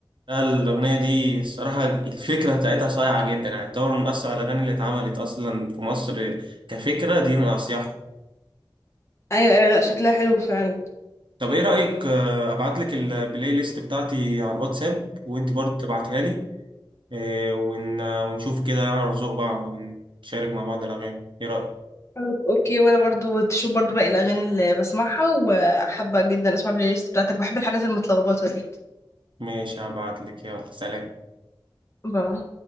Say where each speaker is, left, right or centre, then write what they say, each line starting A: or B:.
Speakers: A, on the right (about 70°); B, on the left (about 30°).
A: لا، الأغنية دي الصراحة الفكرة بتاعتها صايعة جدا يعني تعتبر من أصعب الأغاني اللي اتعملت أصلا في مصر كفكرة دي من أصيحها
B: ايوه ايوه لا شكلها حلو فعلا
A: طب إيه رأيك آه، أبعت لك البلاي ليست بتاعتي على الواتساب وأنت برضه تبعتها لي آه، ون- ونشوف كده نعرف ذوق بعض ونشارك مع بعض الأغاني إيه رأيك؟
B: طب اوكي وانا برضو تشوف برضو باقي الاغاني اللي بسمعها وحابة جدا اسمع البلاي ليست بتاعتك بحب الحاجات المتلخبطة دي
A: ماشي هبعت لك يلا سلام
B: بقى